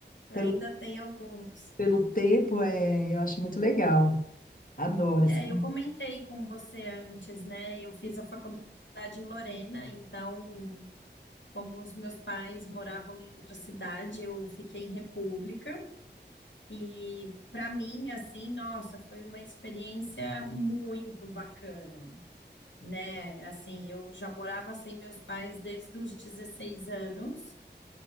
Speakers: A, on the left (about 75°); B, on the left (about 50°).
A: Ainda
B: pelo.
A: tem alguns.
B: Pelo tempo, é, eu acho muito legal. Adoro
A: É,
B: esse.
A: eu comentei com você antes, né? Eu fiz a faculdade em Lorena, então, como os meus pais moravam em outra cidade, eu fiquei em República. E para mim, assim, nossa, foi uma experiência muito bacana, né? Assim, eu já morava sem meus pais desde os 16 anos,